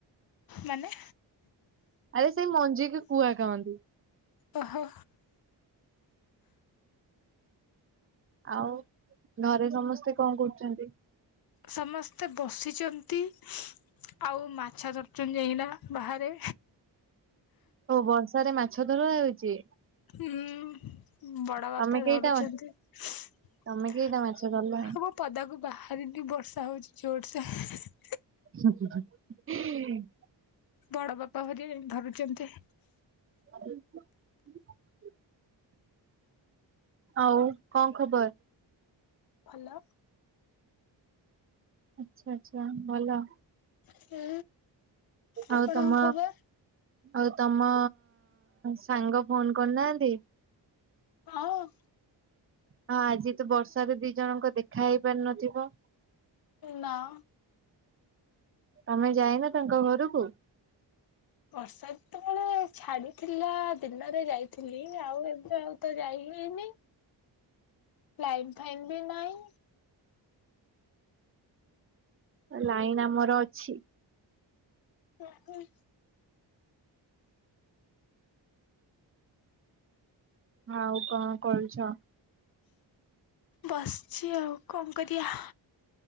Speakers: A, on the left (about 50°); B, on the right (about 30°).
A: ମାନେ?
B: ଆରେ ସେଇ ମଞ୍ଜିକୁ କୁଆ କହନ୍ତି।
A: ଓ ହୋ।
B: ଆଉ ଘରେ ସମସ୍ତେ କଣ କରୁଛନ୍ତି?
A: ସମସ୍ତେ ବସିଛନ୍ତି ଆଉ ମାଛ ଧରୁଛନ୍ତି ଯାଇକିନା ବାହାରେ।
B: ଓ ବର୍ଷା ରେ ମାଛ ଧରା ହେଉଛି।
A: ହୁଁ। ବଡ ବାପା
B: ତମେ କେଇଟା
A: ଧରୁଛନ୍ତି <unintelligible>
B: ତମେ କେଇଟା ମାଛ ଧରିଲଣି
A: ପଦାକୁ ବାହାରିନି ବର୍ଷା ହେଉଛି ଜୋର୍ ସେ
B: <unintelligible>
A: ବଡ ବାପା ଭରି ଧରୁଛନ୍ତି।
B: <unintelligible> ଆଉ କଣ ଖବର?
A: ଭଲ।
B: ଆଛା ଆଛା ଭଲ।
A: ହୁଁ। ଆପଣଙ୍କ
B: ଆଉ ତମ?
A: ଖବର?
B: ଆଉ ତମ ସାଙ୍ଗ ଫୋନ୍ କରି ନାହାନ୍ତି?
A: ହଁ।
B: ହଁ ଆଜି ତ ବର୍ଷାରେ ଦି ଜଣଙ୍କ ଦେଖା ହେଇ ପାରି ନଥିବ।
A: ନାଆ।
B: ତମେ ଯାଇନ ତାଙ୍କ ଘରକୁ?
A: ବର୍ଷାଋତୁ ବେଳେ ଛାଡିଥିଲା ଦିନରେ ଯାଇଥିଲି ଆଉ ଏବେ ଆଉ ତ ଯାଇ ହେଇନି। ଲାଇନ୍ ଫାଇନ୍ ବି ନାହିଁ।
B: ଲାଇନ୍ ଆମର ଅଛି।
A: ହୁଁ ହୁଁ।
B: ଆଉ କଅଣ କରୁଛ?
A: ବସିଛି ଆଉ କଣ କରିବା।